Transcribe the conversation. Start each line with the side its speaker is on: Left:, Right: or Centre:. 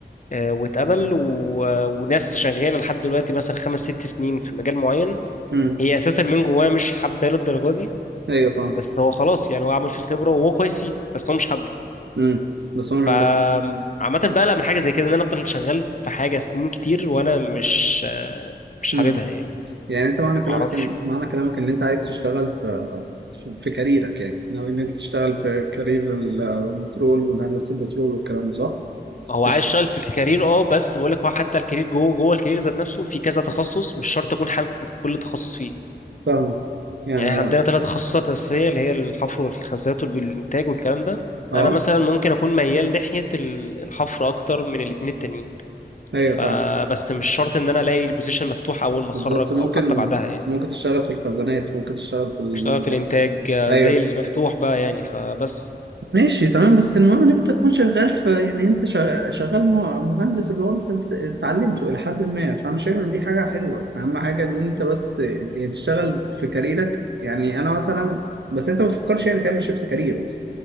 Left: آه، واتقبل و... آه، وناس شغاله لحد دلوقتي مثلا خمس ست سنين في مجال معين
Right: امم
Left: هي اساسا من جواه مش حباه للدرجه دي
Right: ايوه فاهم
Left: بس هو خلاص يعني هو عمل في خبره وهو كويس فيه بس هو مش حابه
Right: امم بس عمرك
Left: فعامة
Right: بس
Left: بقلق
Right: يعني
Left: من حاجة زي كده ان انا افضل شغال في حاجة سنين كتير وانا مش آه، مش
Right: امم
Left: حاببها يعني
Right: يعني انت معنى كلامك
Left: معرفش
Right: ان معنى كلامك ان انت عايز تشتغل في في في كاريرك يعني ناوي ان انت تشتغل في كارير ال- البترول والهندسه البترول والكلام ده صح؟
Left: هو
Right: مش
Left: عايز يشتغل في الكارير اه بس بقول لك هو حتى الكارير جوه جوه الكارير ذات نفسه في كذا تخصص مش شرط اكون حابب كل تخصص فيه
Right: فاهمك يعني
Left: يعني احنا عندنا ثلاث تخصصات اساسيه اللي هي الحفر والخزانات والانتاج والكلام ده
Right: اه
Left: انا مثلا ممكن اكون ميال ناحيه ال- الحفر اكتر من الاثنين التانيين
Right: ايوه
Left: فبس
Right: فاهم
Left: مش شرط ان انا الاقي البوزيشن مفتوح اول ما اتخرج
Right: بالظبط ممكن
Left: او حتى بعدها يعني
Right: ممكن تشتغل في الخزانات ممكن تشتغل في المواجع
Left: اشتغل في الانتاج آه،
Right: ايوه
Left: زي المفتوح بقى يعني فبس
Right: ماشي تمام بس المهم ان انت تكون شغال في يعني انت شغ- شغال مه- مهندس اللي هو انت بت- اللي اتعلمته الى حد ما فانا شايف ان دي حاجه حلوه اهم حاجه ان انت بس يعني تشتغل في كاريرك يعني انا مثلا بس انت ما تفكرش يعني تعمل شيفت كارير مثلا